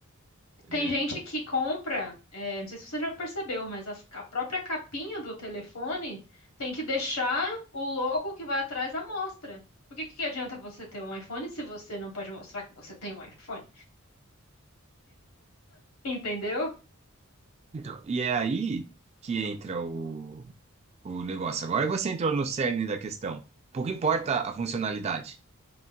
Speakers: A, on the left; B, on the right.
A: Tem
B: É,
A: gente que compra, é, não sei se você já percebeu, mas as- a própria capinha do telefone tem que deixar o logo que vai atrás à mostra. Porque que que adianta você ter um iPhone se você não pode mostrar que você tem um iPhone? Entendeu?
B: Então, e é aí que entra o, o negócio. Agora você entrou no cerne da questão. Pouco importa a funcionalidade.